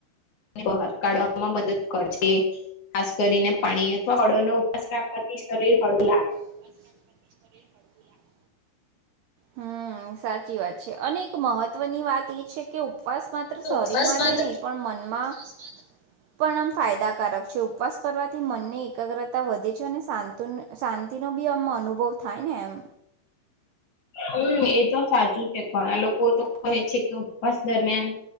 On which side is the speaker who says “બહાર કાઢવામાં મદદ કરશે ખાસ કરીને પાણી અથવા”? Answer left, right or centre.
Left